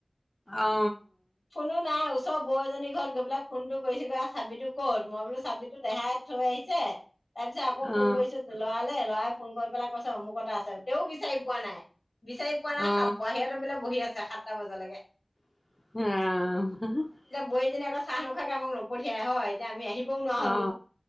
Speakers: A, on the left; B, on the left.
A: অ
B: ফোনো নাই। ৰ বৌ এজনীৰ ঘৰত গৈ পেলাই ফোনটো কৰিছেগৈ চাবিটো ক'ত মই বোলো চাবিটো দেহাই থৈ আহিছে তাৰ পিছত আকৌ
A: অ
B: ফোন কৰিছো লৰালে লৰা সোন গৈ পেলাই কৈছে অমুকততে আছে তেওঁও বিচাৰি পোৱা নাই। বিচাৰি পোৱা
A: অ
B: নাই বাহিৰতে বোলে বহি আছে খাত। এটা মজা লাগে।
A: আহ
B: বোৱাৰীজনী আকৌ চাহ নোখাকে আমাক নপঠিয়াই হয় এতিয়া আমি আহিম ও নোৱাৰা হলো
A: অ